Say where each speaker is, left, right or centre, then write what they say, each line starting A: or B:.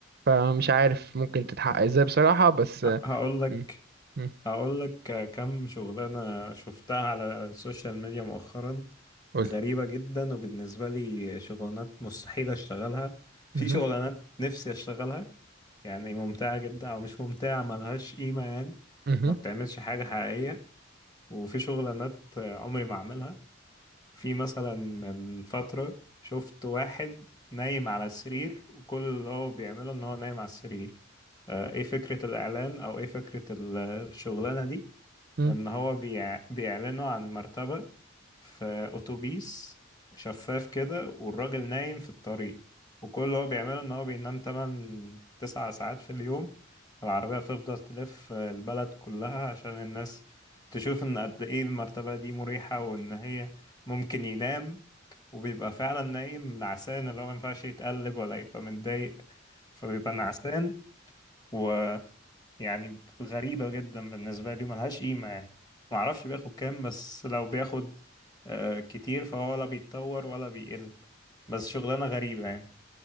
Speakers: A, on the right (about 50°); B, on the left (about 20°).
A: فمش عارف ممكن تتحقق ازاي بصراحه بس آه،
B: أ- هقول لك
A: م- م-
B: هقول لك كم شغلانه شفتها على السوشيال ميديا مؤخرا
A: قولي
B: غريبه جدا وبالنسبه لي شغلانات مستحيل اشتغلها في
A: مهم.
B: شغلانات نفسي اشتغلها يعني ممتعه جدا او مش ممتعه ملهاش قيمه يعني
A: مهم.
B: ما بتعملش حاجه حقيقيه وفي شغلانات عمري ما اعملها في مثلا من فترة شفت واحد نايم على السرير وكل اللي هو بيعمله ان هو نايم على السرير آه، ايه فكرة الاعلان او ايه فكرة الشغلانة دي
A: مهم.
B: ان هو بيع... بيعلنوا عن مرتبة في أتوبيس شفاف كده والراجل نايم في الطريق وكل اللي هو بيعمله إن هو بينام تمن تسع ساعات في اليوم العربية بتفضل تلف البلد كلها عشان الناس تشوف إن قد إيه المرتبة دي مريحة وإن هي ممكن ينام وبيبقى فعلا نايم نعسان اللي هو مينفعش يتقلب ولا يبقى متضايق فبيبقى نعسان و يعني غريبة جدا بالنسبة لي وملهاش قيمة يعني معرفش بياخد كام بس لو بياخد آه، كتير فهو ولا بيتطور ولا بيقل بس شغلانة غريبة يعني